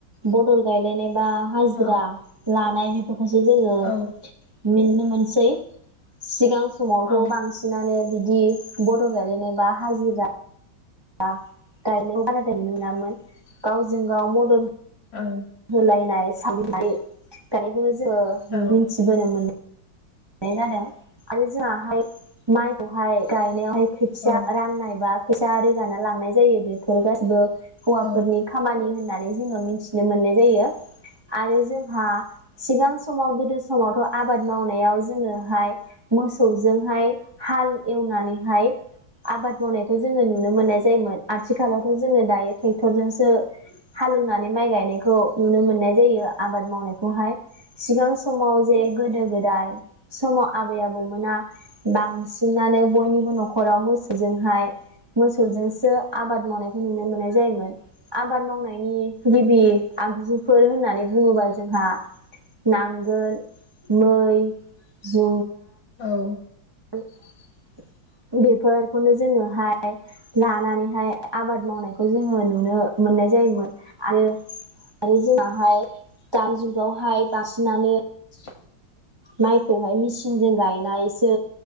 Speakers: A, on the right (about 30°); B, on the left (about 70°).
A: बदल गायलायनाय। बा हाजिरा
B: औ
A: लानाय। <inaudible> ससे जोङो।
B: औ
A: मिनो मोनसै सिगां। समावथ'
B: औ
A: बांसिनानो। बिदि बड'ल गालायनाय बा हाजिरा। बा गायनायाव बारा गायनो मोनामोन गावजों-गाव मदद।
B: औ।
A: होलायनाय सावनाय गानायखौ <unintelligible> जोन
B: औ
A: मिथिबोनो मोनो। न जादों। आरो जोङाहाय माइ। बहाय <unintelligible> खोथिया
B: औ
A: राननायबा। फैसा रोगाना लांनाय जायो बेफोर गासिबो, हौवाफोरनि
B: औ
A: खामानि होननानै जोङो मिथि, नुनो मोननाय जायो आरो जोंहा सिगां समाव गोदो समावथ' आबाद मावनायाव, जोङोहाय मोसौजोंहाय हाल एवनानैहाय आबाद मावनायखौ जोङो नुनो मोनो मोन्नाय जायोमोन आथिखालावथ' जोङो दायो ट्रेक्टरजोंसो हालेवनानै माइ गायनायखौ नुनो मोननाय जायो आबाद मावनायखौहाय, सिगां समाव जे गोदो गोदाय, समाव आबै-आबौमोना बां बांसिननानै बयनिबो न'खराव मोसौजोंहाय मोसौजों सो आबाद मावनायखौ नुनो मोननाय जायोमोन आबाद मावनाय, नि गिबि आगजु, फोर होननानै बुङोबा जोंहा नांगोल मै, जु
B: औ
A: <unintelligible> बेफोरखौनो जोङोहाय लानानैहाय आबाद मावनायखौ जोङो नुनो मोननाय जायोमोन आरो आरो जोङाहाय दानि जुगावहाय बांसिनानो
B: <inaudible>
A: माइखौहाय मिसि सिंजों गायनायसो